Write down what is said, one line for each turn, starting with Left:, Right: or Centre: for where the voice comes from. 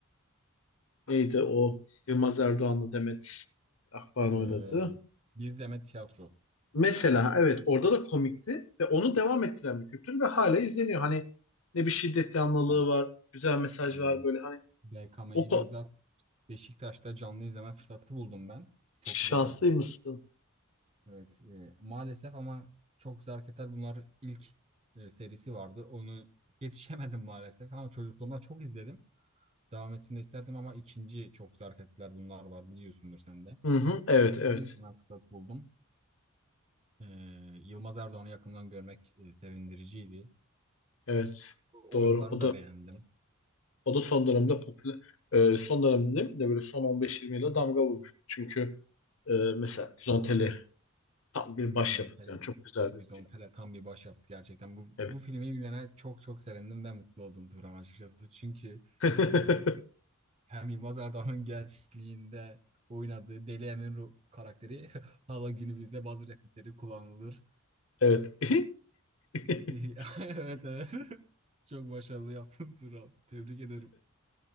Left: neydi o Yılmaz Erdoğan'la Demet Akbağ'ın
Right: Ee,
Left: oynadığı.
Right: bir demet tiyatro.
Left: Mesela evet orada da komikti ve onu devam ettiren bir kültür ve hala izleniyor. Hani ne bir şiddet yanlılığı
Right: Ben
Left: var, güzel mesaj
Right: tabii
Left: var böyle hani
Right: BKM'yi
Left: o ko-
Right: bizzat Beşiktaş'ta canlı izleme fırsatı buldum ben. Çok
Left: şanslıymışsın.
Right: güzel hareketler. Evet. e, maalesef ama çok güzel hareketler. Bunlar ilk e, serisi vardı. Onu yetişemedim maalesef ama çocukluğumda çok izledim. Devam etsin de isterdim ama ikinci çok zarfetler bunlar var biliyorsundur sen de.
Left: Hı hı, evet evet.
Right: Bunu izleme fırsatı buldum. Ee, Yılmaz Erdoğan'ı yakından görmek e, sevindiriciydi.
Left: Evet.
Right: O
Left: Doğru.
Right: Oyunları
Left: O
Right: da
Left: da
Right: beğendim.
Left: o da son dönemde popüler e, son dönemde değil mi de böyle son 15-20 yılda damga vurmuş. Çünkü e, mesela Bizonteli tam bir
Right: O
Left: başyapıt
Right: Vizontele,
Left: yani çok güzel bir
Right: Vizontele
Left: film.
Right: tam bir başyapıt gerçekten. Bu,
Left: Evet.
Right: bu filmi bilene çok çok sevindim ve mutlu oldum Turan açıkçası. Çünkü
Left: <laughs>
Right: e, hem Yılmaz Erdoğan'ın gençliğinde oynadığı Deli Emin Ru- karakteri <laughs> hala günümüzde bazı replikleri kullanılır.
Left: Evet. <laughs>
Right: <laughs> Evet evet. Çok başarılı yaptın Turan. Tebrik ederim.